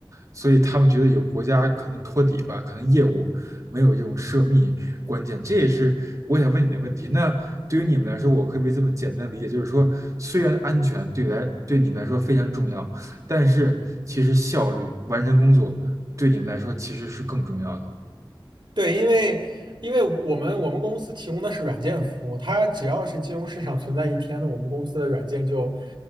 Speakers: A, on the right; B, on the right.
A: 所以他们觉得有国家可能托底吧，可能业务没有这种涉密关键。这也是我想问你的问题。那对于你们来说，我可不可以这么简单理解，就是说，虽然安全对来对你们来说非常重要，但是其实效率、完成工作对你们来说其实是更重要的。
B: 对，因为因为我们我们公司提供的是软件服务，它只要是金融市场存在一天的，我们公司的软件就